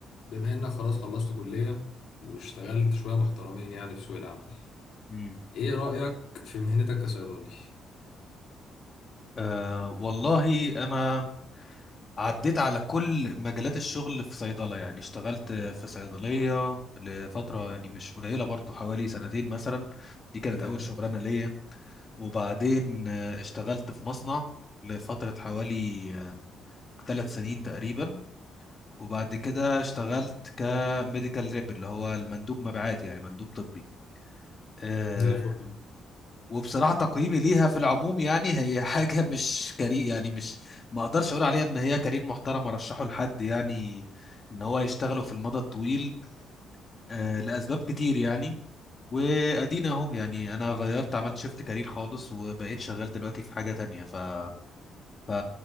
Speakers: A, on the left (about 70°); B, on the left (about 35°).
A: بما انك خلاص خلصت كلية واشتغلت شوية محترمين يعني في سوق العمل
B: مم.
A: ايه رأيك في مهنتك كصيدلي؟
B: أه والله أنا عديت على كل مجالات الشغل في صيدلة يعني اشتغلت في صيدلية لفترة يعني مش قليلة برضو حوالي سنتين مثلا دي كانت
A: جامد
B: أول شغلانة ليا وبعدين آه، اشتغلت في مصنع لفترة حوالي ثلاث سنين تقريبا وبعد كده اشتغلت كميديكال ريب اللي هو المندوب مبيعات يعني مندوب طبي آه،
A: زي الفل
B: وبصراحة تقييمي ليها في العموم يعني هي <laughs> حاجة مش كارير يعني مش ما اقدرش اقول عليها ان هي كارير محترم ارشحه لحد يعني ان هو يشتغله في المدى الطويل آه لاسباب كتير يعني وادينا اهو يعني انا غيرت عملت شيفت كارير خالص وبقيت شغال دلوقتي في حاجة تانية ف ف